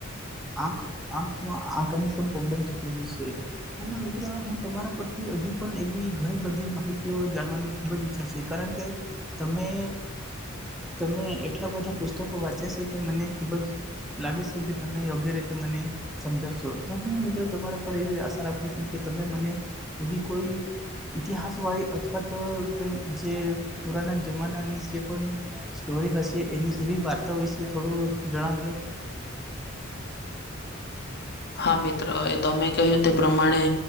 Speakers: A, in the centre; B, on the left.
A: આંખ આંખમાં આંખની પણ ફૂલ પ્રોબ્લેમ થતી હોય છે. અને મિત્રો હું તમારા પરથી હજુ પણ એવી ઘણી બધી માહિતીઓ જાણવાની ખૂબ જ ઈચ્છા છે કારણ કે તમે તમે એટલા બધા પુસ્તકો વાંચ્યા છે કે મને ખુબ જ લાગે છે કે તમે યોગ્ય રીતે મને સમજાવશો તો હું મિત્રો તમારા પર આશા રાખું છું કે તમે મને એવી કોઈ ઇતિહાસવાળી અથવા તો કંઈ જે પુરાના જમાનાની છે. પણ સ્ટોરી હશે એની એવી વાર્તા વિશે થોડું જણાવજો.
B: હા મિત્ર એ તમે કહ્યું તે પ્રમાણે